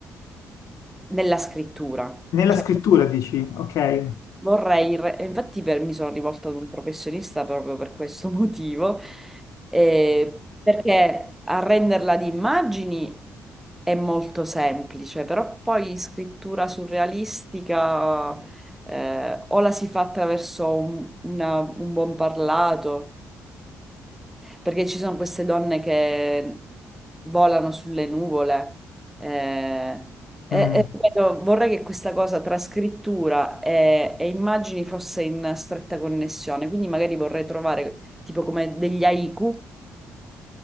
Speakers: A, in the centre; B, on the left.
A: nella scrittura.
B: Nella
A: Cioè,
B: scrittura dici, ok.
A: Vorrei, re- e infatti per- mi sono rivolta ad un professionista proprio per questo <laughs> motivo, eh, perché arrenderla di immagini è molto semplice, però poi scrittura surrealistica, eh, o la si fa attraverso un, una- un buon parlato, perché ci sono queste donne che volano sulle nuvole. eh,
B: Mm.
A: e- e ripeto, vorrei che questa cosa tra scrittura e, e immagini fosse in stretta connessione, quindi magari vorrei trovare tipo come degli haiku,